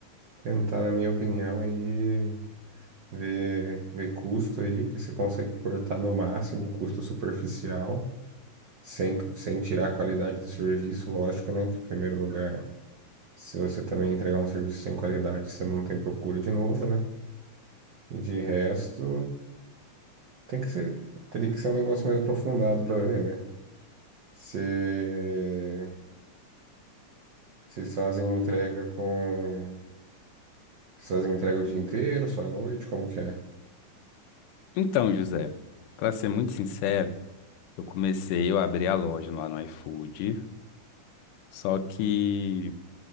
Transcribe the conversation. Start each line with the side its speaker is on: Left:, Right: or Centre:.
Right: tentar, na minha opinião, aí. ver, ver custo aí, porque você consegue cortar no máximo o custo superficial, sem, sem tirar a qualidade do serviço, lógico, né? Que em primeiro lugar, se você também entregar um serviço sem qualidade, você não tem procura de novo, né? E de resto, tem que ser, teria que ser um negócio mais aprofundado para ver, né? Você, vocês fazem entrega com. Vocês fazem entrega o dia inteiro, só à noite? Como que é?
Left: Então, José, para ser muito sincero, eu comecei, eu abri a loja lá no iFood, só que